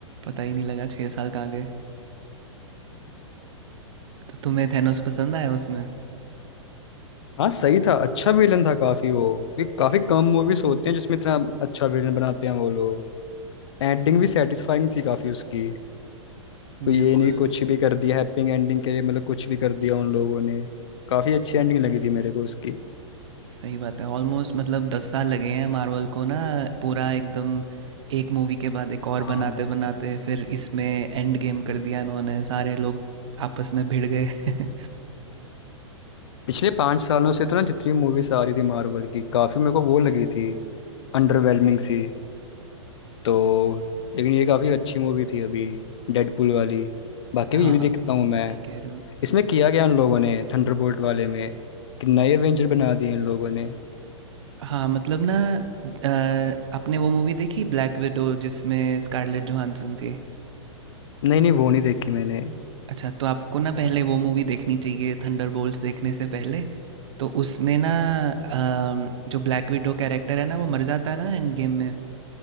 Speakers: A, on the right; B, on the left.
A: पता ही नहीं लगा छः साल कहाँ गए तो तुम्हें थैनोस पसंद आया उसमें
B: हाँ सही था अच्छा विलन था काफी वो ये काफी कम मूवीज होते हैं जिसमें इतना अच्छा विलन बनाते हैं वो लोग एंडिंग भी सेटिस्फाइंग थी काफी उसकी कोई
A: बिल्कुल
B: ये नहीं कुछ भी कर दिया हैप्पी एंडिंग के लिए मतलब कुछ भी कर दिया उन लोगों ने काफी अच्छी एंडिंग लगी थी मेरे को उसकी
A: सही बात है ऑलमोस्ट मतलब दस साल लगे हैं मार्वल को ना पूरा एकदम एक मूवी के बाद एक और
B: हाँ
A: बनाते बनाते फिर इसमें एंड गेम कर दिया इन्होंने सारे लोग आपस में भिड़ गए <laughs>
B: पिछले पांच सालों से तो ना जितनी मूवीज आ रही थी मार्वल की काफी मेरे को वो लगी थी अंडरवेलमिंग सी तो लेकिन ये काफी अच्छी मूवी थी अभी डेडपूल वाली बाकी
A: हाँ
B: भी ये भी देखता हूँ मैं
A: सही कह रहे हो
B: इसमें किया गया उन लोगों ने थंडरबोल्ट वाले में कि नए एवेंजर बना दिए इन लोगों ने
A: हाँ मतलब ना अ, आपने वो मूवी देखी ब्लैक विडो जिसमें स्कारलेट जोहानसन थी
B: नहीं नहीं वो नहीं देखी मैंने
A: अच्छा तो आपको ना पहले वो मूवी देखनी चाहिए थंडरबोल्ट्स देखने से पहले तो उसमें ना अम, जो ब्लैक विडो कैरेक्टर है ना वो मर जाता है ना एंड गेम में